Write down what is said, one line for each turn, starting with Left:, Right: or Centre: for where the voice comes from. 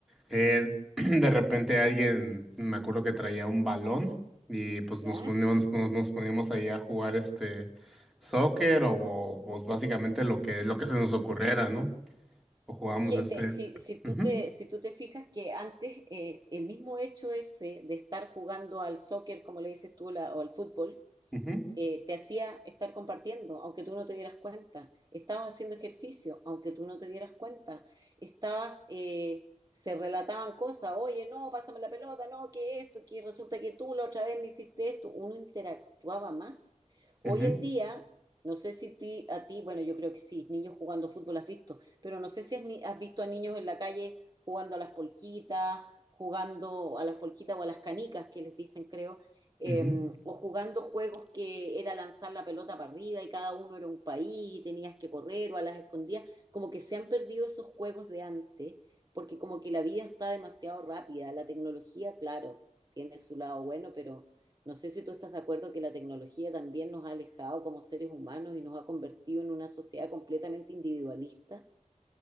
Centre: eh, <clears throat> de repente alguien, me acuerdo que traía un balón y pues
Right: ¿Ya?
Centre: nos poníamos, nos, nos poníamos ahí a jugar este soccer o, o, pues básicamente lo que, lo que se nos ocurriera, ¿no? O jugábamos
Right: Que
Centre: este.
Right: te- si, si tú
Centre: ujú,
Right: te, si tú te fijas que antes eh, el mismo hecho ese de estar jugando al soccer, como le dices tú, la- o al fútbol,
Centre: ujú,
Right: eh, te hacía estar compartiendo, aunque tú no te dieras cuenta. Estabas haciendo ejercicio, aunque tú no te dieras cuenta. Estabas, eh, se relataban cosas, oye, no, pásame la pelota, no, que esto, que resulta que tú la otra vez me hiciste esto. Uno interactuaba más. Hoy
Centre: ujú,
Right: en día, no sé si ti- a ti, bueno, yo creo que sí, niños jugando fútbol has visto, pero no sé si has, ni- has visto a niños en la calle jugando a las polquitas, jugando a las polquitas o a las canicas que les dicen, creo eh,
Centre: ujú.
Right: o jugando juegos que era lanzar la pelota para arriba y cada uno era un país y tenías que correr o a las escondidas, como que se han perdido esos juegos de antes, porque como que la vida está demasiado rápida, la tecnología, claro, tiene su lado bueno, pero no sé si tú estás de acuerdo que la tecnología también nos ha alejado como seres humanos y nos ha convertido en una sociedad completamente individualista,